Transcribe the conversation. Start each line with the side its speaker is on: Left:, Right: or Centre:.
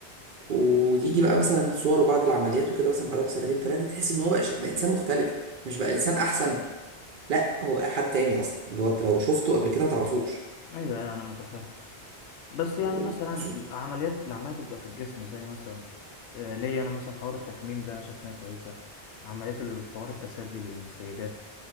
Right: وتيجي بقى مثلا صوره بعد العمليات وكده مثلا بعدها بسنتين ثلاثة تحس إن هو بقى, ش... بقى إنسان مختلف مش بقى إنسان أحسن لا هو بقى حد تاني أصلا اللي هو أنت لو شفته قبل كده ما تعرفوش
Left: ايوه أيوة، انا متفاهم بس يعني
Right: و-
Left: مثلا
Right: وخصوصا
Left: عمليات العمليات بتبقى في الجسم زي مثلا آه، ليا انا مثلا حوار التكميم ده انا شايف انها كويسه عمليات الحوار التسدي للسيدات